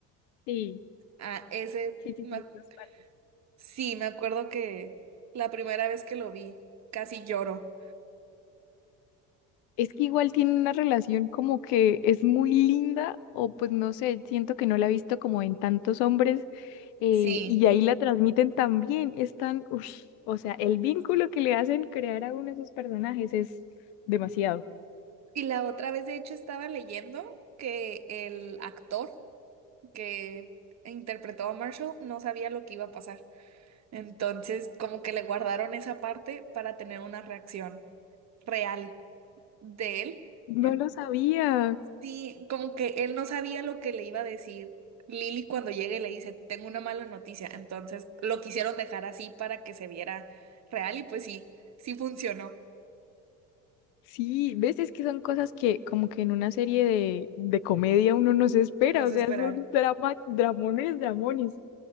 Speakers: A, on the left; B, on the right.
A: Sí,
B: a ese.
A: sí, sí,
B: me
A: sí,
B: ac-
A: dos partes.
B: sí, me acuerdo que la primera vez que lo vi, casi lloro.
A: Es que igual tiene una relación como que es muy linda, o pues no sé, siento que no la he visto como en tantos hombres, eh,
B: Sí.
A: y ahí la transmiten también. Es tan, ush, o sea, el vínculo que le hacen crear a uno de esos personajes es demasiado.
B: Y la otra vez, de hecho, estaba leyendo que el actor que interpretó a Marshall no sabía lo que iba a pasar. Entonces, como que le guardaron esa parte para tener una reacción real de él.
A: No
B: En-
A: lo sabía.
B: Sí, como que él no sabía lo que le iba a decir Lily cuando llegue y le dice, tengo una mala noticia. Entonces, lo quisieron dejar así para que se viera real y pues sí, sí funcionó.
A: Sí, ves, es que son cosas que como que en una serie de, de comedia uno no se espera,
B: No se
A: o sea,
B: espera.
A: son drama, dramones, dramones.